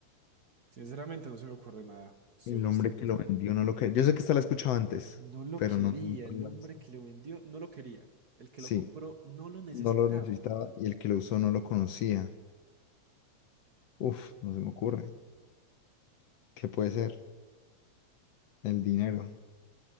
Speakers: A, on the right; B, on the left.
A: Sinceramente no se me ocurre nada. Estoy,
B: El hombre
A: estoy.
B: que lo vendió no lo quería. Yo sé que esta la he escuchado antes,
A: No lo
B: pero
A: quería.
B: no. no me acuerdo
A: El
B: la
A: hombre
B: respuesta.
A: que lo vendió no lo quería. El que
B: Sí,
A: lo compró no lo necesitaba.
B: no lo necesitaba y el que lo usó no lo conocía. Uf, no se me ocurre. ¿Qué puede ser? El dinero.